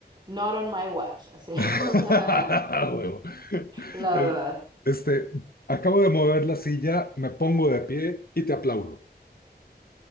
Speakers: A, on the right; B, on the left.
A: not on my watch, así.
B: <laughs>
A: <laughs>
B: Huevo.
A: la
B: Eh,
A: verdad.
B: Este, acabo de mover la silla, me pongo de pie y te aplaudo.